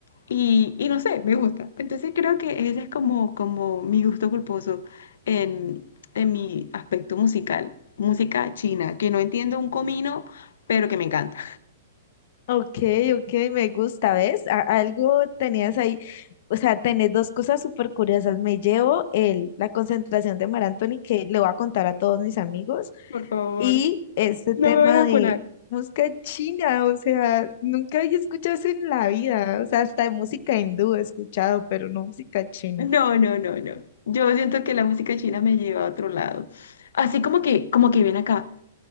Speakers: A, on the left; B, on the left.
A: y, y no sé, me gusta. Entonces creo que ese es como, como mi gusto culposo en, en mi aspecto musical. Música china, que no entiendo un comino, pero que me encanta.
B: Ok, ok, me gusta, ¿ves? A- algo tenías ahí, o sea, tenés dos cosas súper curiosas. Me llevo el, la concentración de Mar Anthony, que le voy a contar a todos mis amigos,
A: <laughs> Por favor,
B: y este tema
A: no me vayas
B: de
A: a funar.
B: música china, o sea, nunca había escuchado eso en la vida, o sea, hasta de música hindú he escuchado, pero no música china.
A: No, no, no, no. Yo siento que la música china me lleva a otro lado. Así como que, como que ven acá,